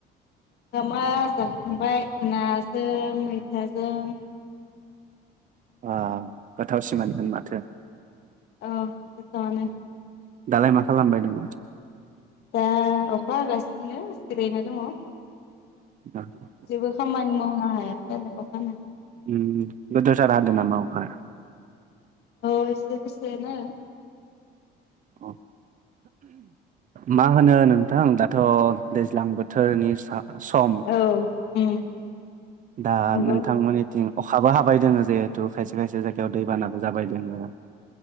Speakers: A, on the left; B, on the right.
A: ओंखामा जाखांबाय नाजों मैथाजों
B: अ गोथाव सि मानि माथो ।
A: औ गोथावानो
B: दालाय मा खालामबाय दङ?
A: दा अखा हागासिनो जिरायना दङ ।
B: <unintelligible>
A: जेबो खामानि मावनो हायाखै आरो अखा हानानै ।
B: उम गोदोर सार हादों नामा अखा?
A: औ एसे गोसाया नो ।
B: अ मा होनो नोंथां दाथ' दैज्लां बोथोरनि सा-सम
A: औ उम
B: दा
A: नंगौ
B: नोंथांमोननिथिं अखाबो हाबाय दोङो जिहेथु खायसे खायसे जायगायाव दैबानाबो जाबाय दोङो ।